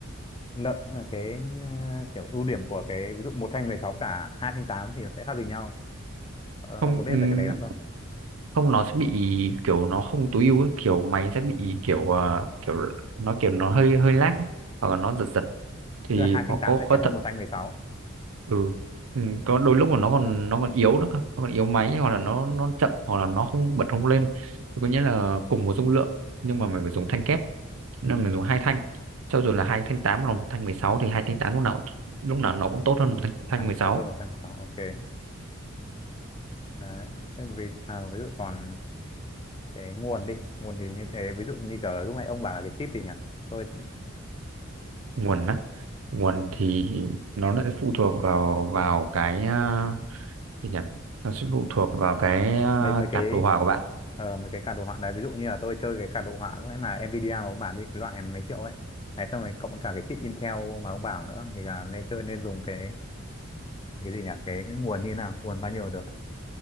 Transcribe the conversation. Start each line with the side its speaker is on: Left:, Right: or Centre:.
Left: lợi cái ờ, kiểu ưu điểm của cái ví dụ một thanh 16 cả hai thanh 8 thì nó sẽ khác gì nhau Ờ,
Right: không
Left: ông có biết
Right: ừm,
Left: về cái đấy lắm không
Right: không nó sẽ bị kiểu nó không tối ưu ấy. kiểu máy sẽ bị kiểu à, kiểu nó kiểu nó hơi hơi lag ấy. hoặc là nó giật giật thì
Left: tức là hai
Right: có
Left: thanh 8
Right: có
Left: sẽ
Right: có
Left: kém hơn
Right: thật
Left: một thanh mười sáu,
Right: ừ Ừ, có đôi lúc mà nó còn nó còn yếu nữa cơ nó còn yếu máy hoặc là nó nó chậm hoặc là nó không bật không lên thì có nghĩa là cùng một dung lượng nhưng mà mình phải dùng thanh kép nên mình dùng hai thanh cho dù là hai thanh 8 là một thanh mười sáu thì hai thanh 8 lúc nào cũng- lúc nào nó cũng tốt hơn một thanh thanh
Left: à
Right: mười sáu
Left: to hơn một thanh 16, ok đấy thế vì à, ví dụ còn cái nguồn đi nguồn thì như thế ví dụ như cả lúc nãy ông bảo là cái chip thì nhỉ tôi
Right: nguồn á nguồn thì nó lại phụ thuộc vào vào cái à, gì nhỉ nó sẽ phụ thuộc vào cái à,
Left: mấy mấy
Right: card
Left: cái
Right: đồ họa của bạn
Left: ờ, mấy cái card đồ họa đấy ví dụ như là tôi chơi cái card đồ họa lúc nãy mà Nvidia ông bảo đi cái loại mấy triệu ấy này xong rồi cộng cả cái chip Intel mà ông bảo nữa thì là nên chơi nên dùng cái cái gì nhỉ cái nguồn như thế nào nguồn bao nhiêu được